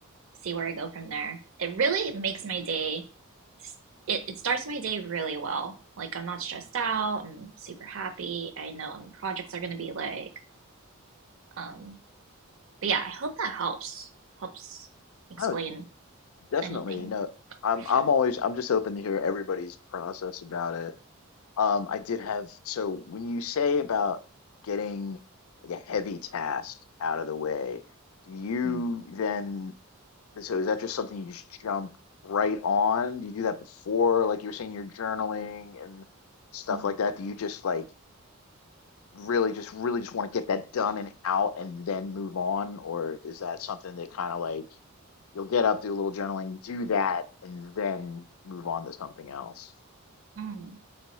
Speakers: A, on the right (about 65°); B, on the left (about 70°).
A: see where I go from there. It really makes my day, it, it starts my day really well. Like, I'm not stressed out. I'm super happy. I know what my projects are going to be like. Um, but yeah, I hope that helps, helps explain
B: Oh, definitely.
A: anything.
B: No, I'm
A: Yeah.
B: I'm always I'm just open to hear everybody's process about it. Um, I did have, so when you say about getting like a heavy task out of the way, do you
A: Mm,
B: then, so is that just something you just jump right on? Do you do that before, like you were saying, you're journaling and stuff
A: mm,
B: like that? Do you just like really just really just want to get that done and out and then move on? Or is that something that kind of like you'll get up, do a little journaling, do that, and then move on to something else?
A: mm.